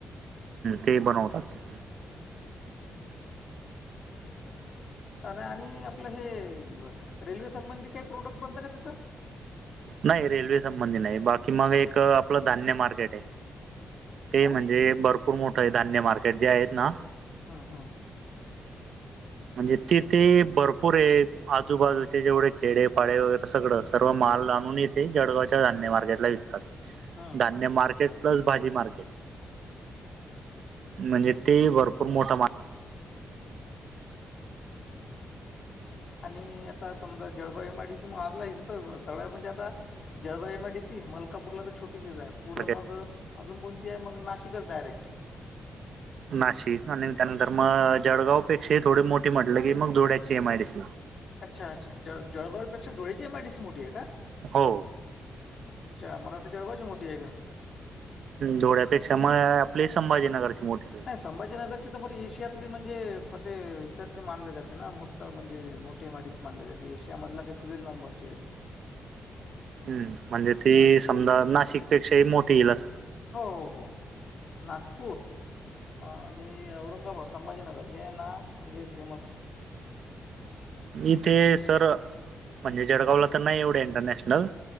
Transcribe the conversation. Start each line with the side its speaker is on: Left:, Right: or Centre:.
Right: ते बनवतात
Left: आणि आपलं हे रेल्वे संबंधी काही प्रोडक्ट बनत का तिथं
Right: नाही रेल्वे संबंधी नाही बाकी मग एक आपलं धान्य मार्केट आहे. ते
Left: काय?
Right: म्हणजे भरपूर मोठं धान्य मार्केट जे आहेत ना
Left: हम् हम्.
Right: म्हणजे तिथे भरपूर आहे आजूबाजूचे जेवढे खेडेपाडे वगैरे सगळं सर्व मा धान्य आणून जळगावच्या धान्य मार्केटला विकतात
Left: हं
Right: धान्य मार्केट प्लस भाजी मार्केट म्हणजे ते भरपूर मोठा मार्केट.
Left: आणि आता समजा जळगाव एमआयडीसी मग आपला सगळ्या म्हणजे आता जळगाव एमआयडीसी मलकापूरला तर छोटी पुढ
Right: मार्केट
Left: मग अजून कोणती आहे मग नाशिकच डायरेक्ट
Right: नाशिक आणि त्यानंतर मग जळगावपेक्षाही थोडी मोठी म्हटलं की मग धुळ्याची एमआयडीसी.
Left: अच्छा अच्छा जळ जळगावपेक्षा धुळेची एमआयडीसी मोठी आहे का?
Right: हो.
Left: अच्छा मला वाटतं जळगावाची मोठी आहे का?
Right: धोळ्यापेक्षा मग आपली संभाजीनगरची. मोठी
Left: नाही संभाजीनगरची तर बर एशियातली म्हणजे येच्यातली मानले जाते ना मोठ म्हणजे मोठी एम आय डीसी माानले जाते ना एशिया मधली कीतितरी नंबरची आहे ती.
Right: हमम म्हणजे ती समजा नाशिकपेक्षाही मोठी येईल अस.
Left: हो हो हो नागपूर. अ आणि औरंगाबाद संभाजीनगर हे ना म्हणजे फेमस आहेत.
Right: इथे सर म्हणजे जळगावला तर नाही एवढं इंटरनॅशनल